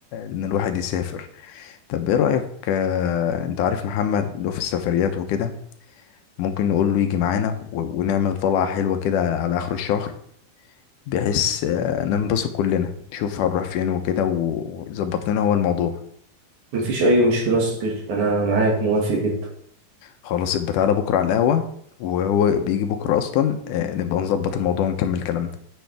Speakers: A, on the left; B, on the right.
A: ان الواحد يسافر طب ايه رأيك آه، انت عارف محمد له في السفريات وكده ممكن نقول له يجي معانا و- ونعمل طلعة حلوة كده على اخر الشهر بحيث آه، ننبسط كلنا نشوف هنروح فين وكده و- ويظبط لنا هو الموضوع
B: مفيش أي مشكلة يا صديقي أنا معاك موافق جدا
A: خلاص يبقى تعالى بكرة على القهوة وهو بيجي بكرة أصلا آه، نبقى نظبط الموضوع ونكمل كلامنا